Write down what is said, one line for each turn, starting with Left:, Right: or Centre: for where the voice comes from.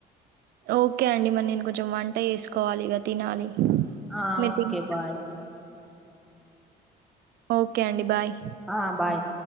Right: ఓకే అండి మరి నేను కొంచెం వంట వేసుకోవాలి ఇక తినాలి.
Centre: ఆ
Right: మీరు
Centre: ఓకే
Right: తిన్నారా
Centre: బాయ్
Right: ఓకే అండి బాయ్
Centre: ఆ బాయ్